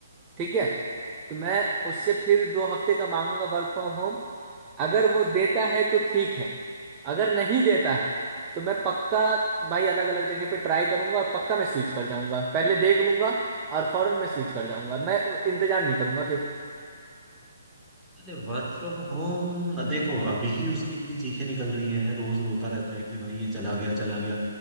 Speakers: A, on the right; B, in the centre.
A: ठीक है तो मैं उससे फिर दो हफ्ते का मांगूंगा वर्क फ्रॉम होम अगर
B: हाँ,
A: वो देता है तो ठीक है अगर नहीं देता है तो मैं पक्का भाई अलग अलग जगह पे ट्राई करूंगा और पक्का मैं स्विच कर जाऊंगा पहले देख लूंगा और फौरन मैं स्विच कर जाऊंगा मैं इंतजार नहीं करूंगा फिर
B: अरे वर्क फ्रॉम होम देखो अभी ही उसकी इतनी चीखें निकल रही हैं रोज रोता रहता है कि भाई ये चला गया चला गया